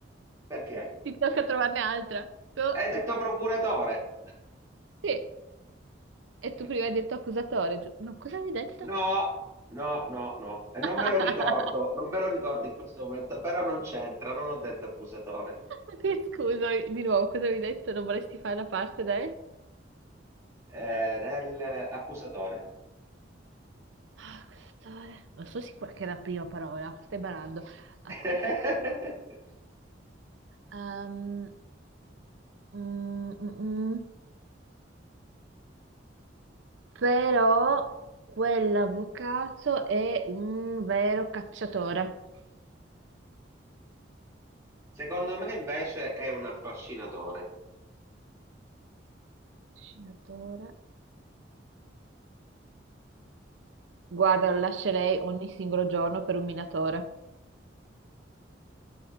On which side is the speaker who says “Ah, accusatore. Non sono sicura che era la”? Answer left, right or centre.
Right